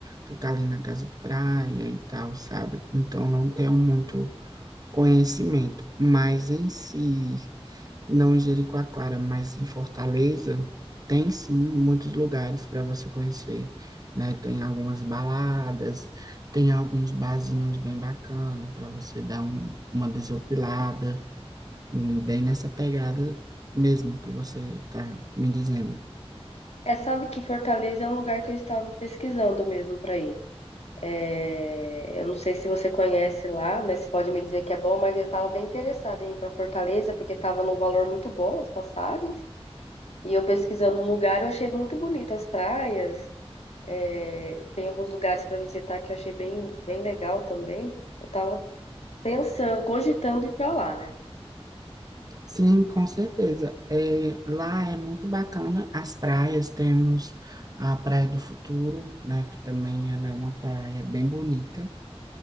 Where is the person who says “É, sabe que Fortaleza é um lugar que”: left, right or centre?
Left